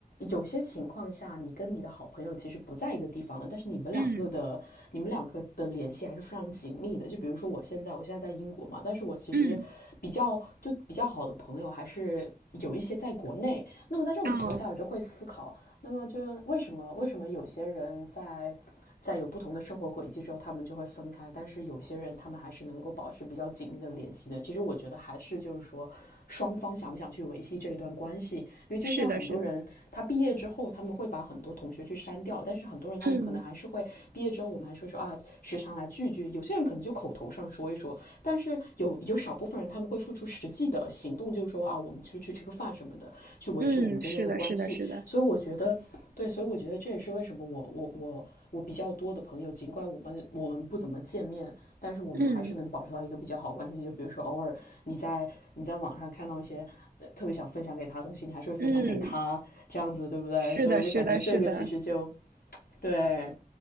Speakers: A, on the left; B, on the right.
A: 有些情况下，你跟你的好朋友其实不在一个地方了，但是你们两个的、
B: 嗯
A: 你们两个的联系还是非常紧密的。就比如说我现在，我现在在英国嘛，但是我其实比较就比较好的朋友还是有一些在国内。
B: 嗯，
A: 那么在这种情况下，
B: 哦，
A: 我就会思考，那么就为什么为什么有些人在在有不同的生活轨迹之后，他们就会分开。但是有些人，他们还是能够保持比较紧密的联系的。其实我觉得还是就是说，双方想不想去维系这一段关系。因为就像很多人，
B: 是的，是的。
A: 他毕业之后，他们会把很多同学去删掉，但是很多人他们可能还是会毕业之后，
B: 嗯
A: 我们还是会说啊，时常来聚聚。有些人可能就口头上说一说，但是有有少部分人他们会付出实际的行动，就是说啊，我们去去吃个饭什么的，去维持我们之间的关系。
B: 嗯，是的，是的，是的，
A: 所以我觉得对，所以我觉得这也是为什么我我我我比较多的朋友，尽管我们我们不怎么见面，但是我们还是能保持到一个比较好关系。
B: 嗯
A: 就比如说，偶尔你在你在网上看到一些、呃特别想分享给他的东西，你还是会分享给他，
B: 嗯，
A: 这样子对不对？
B: 是的，
A: 所以我就感觉这个其实就
B: 是的，是的，
A: 对，